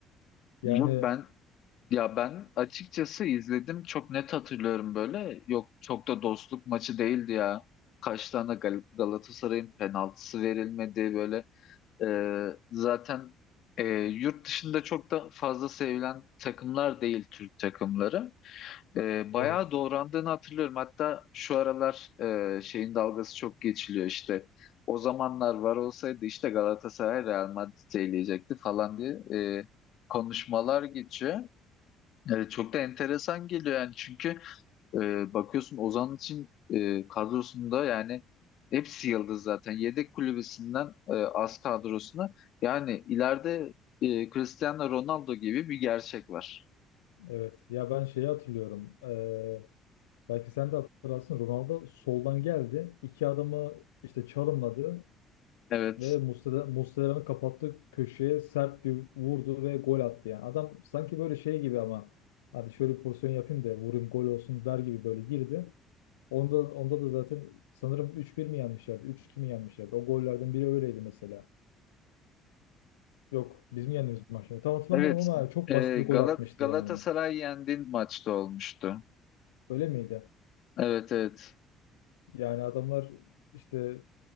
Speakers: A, on the left; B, on the left.
A: <laughs> Yani
B: Yok ben ya ben açıkçası izledim çok net hatırlıyorum böyle yok çok da dostluk maçı değildi ya kaç tane Gal- Galatasaray'ın penaltısı verilmedi böyle Ee, zaten e, yurt dışında çok da fazla sevilen takımlar değil Türk takımları Ee, bayağı
A: Evet,
B: doğrandığını hatırlıyorum hatta şu aralar e, şeyin dalgası çok geçiliyor işte o zamanlar var olsaydı işte Galatasaray Real Madrid'i eleyecekti falan diye e, konuşmalar geçiyor. Evet, çok da enteresan geliyor yani çünkü e, bakıyorsun Ozan için e, kadrosunda yani hepsi yıldız zaten. Yedek kulübesinden e, az kadrosuna yani ileride e, Cristiano Ronaldo gibi bir gerçek var.
A: evet. Ya ben şeyi hatırlıyorum. Ee, belki sen de hatırlarsın. Ronaldo soldan geldi. İki adamı işte çalımladı
B: Evet.
A: ve Muslera, Muslera'nın kapattığı köşeye sert bir vurdu ve gol attı yani. Adam sanki böyle şey gibi ama hadi şöyle bir pozisyon yapayım da vurayım gol olsun der gibi böyle girdi. Onda, onda da zaten sanırım üç bir mi yenmişlerdi? üç 2 mi yenmişlerdi? O gollerden biri öyleydi mesela. Yok, bizim yendiğimiz maçta. Tam hatırlamıyorum
B: Evet.
A: ama çok
B: E,
A: basit bir
B: Galat
A: gol atmıştı
B: Galatasaray
A: yani.
B: yendiğin maçta olmuştu.
A: Öyle miydi?
B: Evet evet.
A: Yani adamlar işte